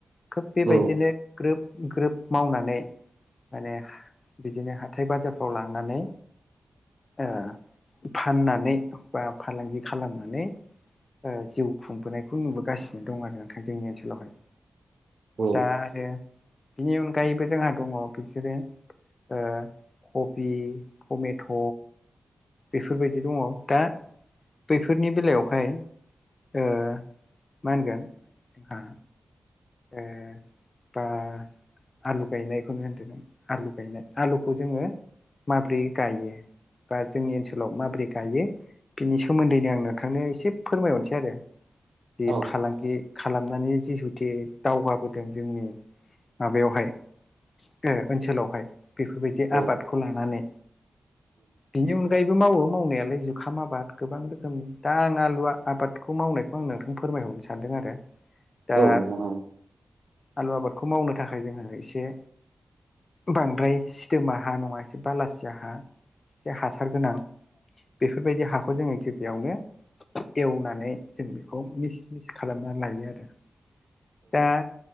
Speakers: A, on the left; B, on the right.
A: खोब बेबायदिनो
B: औ
A: ग्रोब ग्रोब मावनानै माने बिदिनो हाथाय बाजारफ्राव लांनानै ओ फाननानै बा फालांगि खालामनानै ओ जिउ खुंबोनायखौ नुबोगासिनो दं आरो नोंथां जोंनि ओनसोलावहाय।
B: औ
A: दा आरो बिनि अनगायैबो जोंहा दङ। बिसोरो ओ कबि, टमेथ' बेफोरबायदि दङ। दा बैफोरनि बेलायावहाय ओ मा होनगोन आ ओ बा आलु गायनायखौनो होनदो, आलु गायनाय आलुखौ जोङो माब्रै गायो? बा जोंनि ओनसोलाव माबोरै गायो? बिनि सोमोन्दैनो आं नोंथांनो एसे फोरमायहरनोसै आरो। जे
B: औ
A: फालांगि खालामनानै जिहुथे दावगाबोदों जोंनि माबायावहाय ओ ओनसोलावहाय बेफोरबायदि बे
B: नोंथां, औ
A: आबादखौ लानानै बिनि अनगायैबो मावो मावनायालाय जुखाम आबाद गोबां रोखोमनि दा आं आलु आबाद खौ मावनायखौ आं नोंथां फोरमायहरनो सानदों आरो। दा
B: औ नोंथां औ
A: आलु आबादखौ मावनो थाखाय जोङो एसे बांद्राय सिदोमा हा नङा एसे बालासिया हा बे हासार गोनां बेफोरबायदि हाखौ जोङो गिबियावनो एवनानै जों बेखौ मिस मिस खालामना लायो आरो। दा